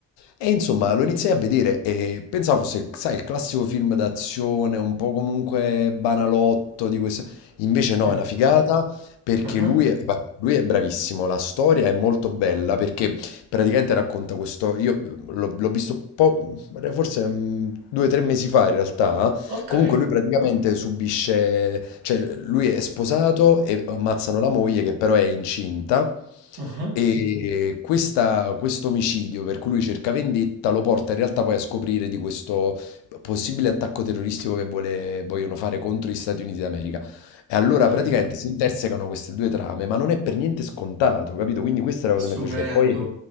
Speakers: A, on the left (about 65°); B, on the right (about 55°).
A: E insomma, lo iniziai a vedere e pensavo fosse, sai, il classico film d'azione, un po' comunque banalotto di questo... Invece no,
B: sì.
A: è una figata perché
B: Mhm.
A: lui è, guarda, lui è bravissimo, la storia è molto bella perché praticamente racconta questo, io mhmm, l'ho l'ho visto un po', mhmm, forse mm, due o tre mesi fa in realtà,
B: Ok,
A: comunque lui praticamente subisce, cioè lui è sposato e ammazzano la moglie che però è incinta
B: Mhm.
A: e questa- questo omicidio per cui lui cerca vendetta lo porta in realtà poi a scoprire di questo possibile attacco terroristico che vuole- vogliono fare contro gli Stati Uniti d'America. E allora
B: Ok.
A: praticamente si intersecano queste due trame, ma non è per niente scontato, capito? Quindi questa è la cosa
B: Stupendo.
A: che mi è piaciuta. E poi,